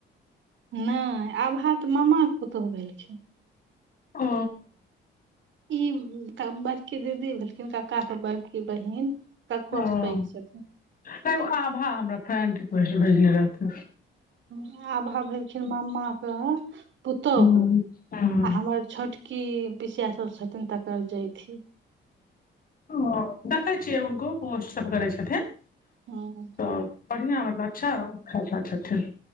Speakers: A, on the right; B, on the left.
A: नहि आभा के मामाके पुतोहु भेलखिन
B: ओ
A: ई बड़की दीदी भेलखिन कक्का के बड़की बहिन कक्कोसँ
B: ओ
A: पैघ छथिन
B: आभा हमरा फ्रेंड रिकेस्ट भेजने रहथि
A: ह आभा भेलखिन मामाे पुतोहु
B: ह
A: आ हमर छोटकी बिछिया सब छथिन तकर जेधि
B: ह देखै छियै हुनको पोस्ट सब करै छथिन
A: हु
B: तऽ बढ़िआँ मतलब अच्छा खाससा छथिन